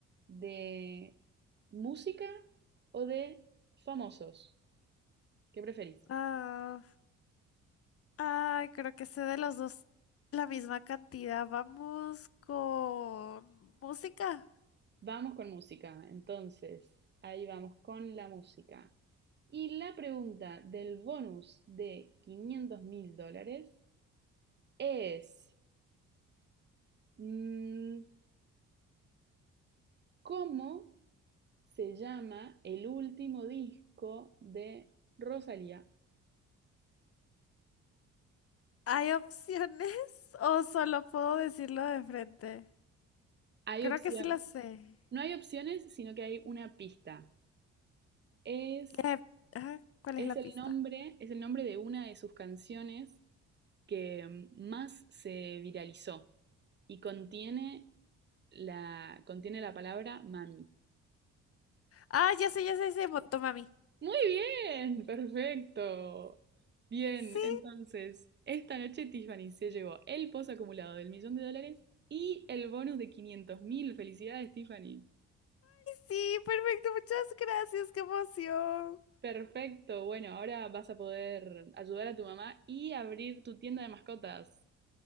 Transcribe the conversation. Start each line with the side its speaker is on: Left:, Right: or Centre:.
Right: de música o de famosos. ¿Qué preferís?
Left: Ah, ay, creo que sé de los dos la misma cantidad. Vamos con música.
Right: Vamos con música. Entonces, ahí vamos con la música. Y la pregunta del bonus de 500 mil dólares es, mm, ¿cómo se llama el último disco de Rosalía?
Left: ¿Hay opciones <laughs> o solo puedo decirlo de frente?
Right: Hay
Left: Creo
Right: opción,
Left: que sí lo sé.
Right: no hay opciones, sino que hay una pista. Es,
Left: Eh, ah, ¿cuál
Right: es
Left: es la
Right: el
Left: pista?
Right: nombre, es el nombre de una de sus canciones que mm, más se viralizó y contiene la, contiene la palabra mami.
Left: Ah, ya sé, ya sé, ya sé, Motomami.
Right: Muy bien, perfecto. Bien,
Left: Sí,
Right: entonces, esta noche Tiffany se llevó el pozo acumulado del millón de dólares y el bonus de quinientos mil. Felicidades, Tiffany.
Left: sí, perfecto, muchas gracias, qué emoción.
Right: Perfecto, bueno, ahora vas a poder ayudar a tu mamá y abrir tu tienda de mascotas.